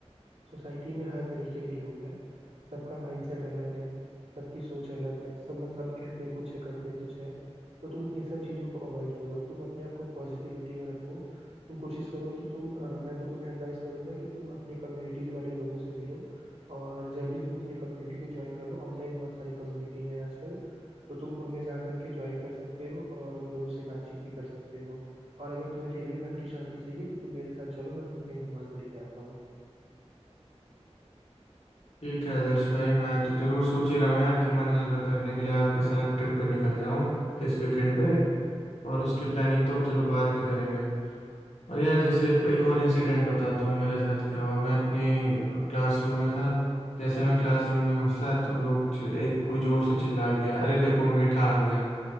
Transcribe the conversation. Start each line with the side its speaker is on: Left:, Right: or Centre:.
Right: सोसाइटी में हर तरीके के लोग हैं सबका माइंडसेट अलग है सबकी सोच अलग है सब मतलब कहते कुछ है करते कुछ है तो तुम इन सब चीज़ों को अवॉइड करो तुम अपने आप को पॉजिटिविटी में रखो तुम कोशिश करो कि तुम अ, मैं तो तुम्हें एडवाइस करूंगा कि तुम अपने कम्युनिटीज वाले लोगों से मिलो और जल्दी तुम अपने कम्युनिटी को ज्वाइन कर लो ऑनलाइन बहुत सारी कम्युनिटी हैं आजकल तो तुम उनमें जा करके ज्वाइन कर सकते हो और उन लोगों से बातचीत भी कर सकते हो और अगर तुम्हें फिर भी मन की शांति चाहिए तो तुम मेरे साथ चलो मैं तुम्हें कहीं घुमा के लेके आता हूँ
Left: ठीक है आदर्श भाई मैं तो जरूर सोच ही रहा हूँ यार कि मन हल्का करने के लिए आपके साथ ट्रिप पे निकल जाऊँ इस वीकेंड पे और उसकी प्लानिंग तो चलो बाद में करेंगे और यार जैसे एक और इंसिडेंट बताता हूँ मेरे साथ क्या हुआ मैं अपनी क्लासरूम में था जैसे मैं क्लासरूम में घुसा तो लोग चि- एक कोई जोर से चिल्ला गया अरे देखो मीठा आ गया